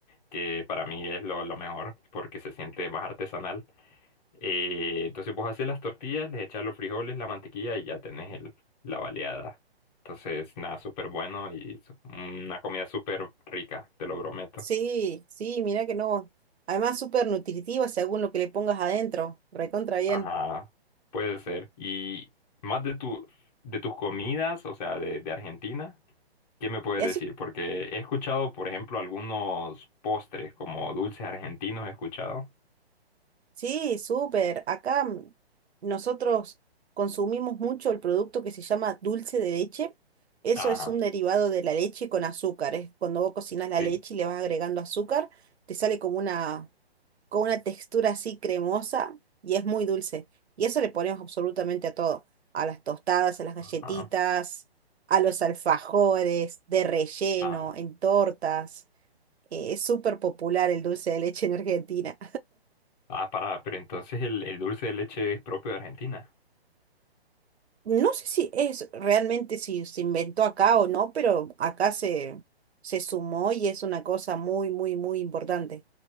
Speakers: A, on the left; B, on the right.
A: que para mí es lo, lo mejor, porque se siente más artesanal. Eh, entonces vos haces las tortillas, les echas los frijoles, la mantequilla y ya tenés el, la baleada. Entonces, nada, súper bueno y su- una comida súper rica, te lo prometo.
B: Sí, sí, mira que no. Además, súper nutritiva según lo que le pongas adentro. Recontra bien.
A: Ajá, puede ser. Y más de tu, de tus comidas, o sea, de, de Argentina, ¿qué me puedes
B: Y así
A: decir? Porque he escuchado, por ejemplo, algunos postres como dulces argentinos, he escuchado.
B: Sí, súper. Acá mm, nosotros consumimos mucho el producto que se llama dulce de leche. Eso
A: Ajá,
B: es un derivado de la leche con azúcar. Es cuando vos cocinas la
A: sí.
B: leche y le vas agregando azúcar, te sale como una, como una textura así cremosa y es muy dulce. Y eso le ponemos absolutamente a todo. A las tostadas, a las galletitas,
A: Ajá,
B: a los alfajores, de relleno,
A: ajá.
B: en tortas. Eh, es súper popular el dulce de leche en Argentina.
A: Ah, para, pero entonces el, el dulce de leche es propio de Argentina.
B: No sé si es realmente si se inventó acá o no, pero acá se, se sumó y es una cosa muy, muy, muy importante.